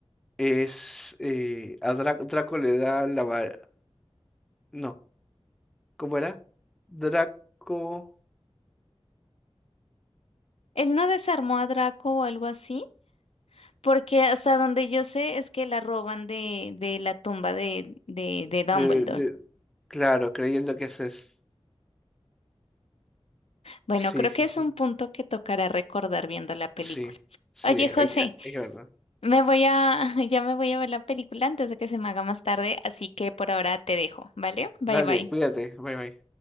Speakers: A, in the centre; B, on the left.
A: es, eh, a Dra- Draco le da la varita. No, ¿cómo era? Draco.
B: Él no desarmó a Draco o algo así, porque hasta donde yo sé es que la roban de, de la tumba de, de, de Dumbledore.
A: de- de- claro, creyendo que eso es.
B: Bueno,
A: Sí,
B: creo
A: sí,
B: que es
A: sí.
B: un punto que tocará recordar viendo la película.
A: Sí, sí,
B: Oye, José,
A: hay que, hay que verlo.
B: me voy a, <laughs> ya me voy a ver la película antes de que se me haga más tarde, así que por ahora te dejo, ¿vale? Bye
A: Dale,
B: bye.
A: cuídate. Bye, bye.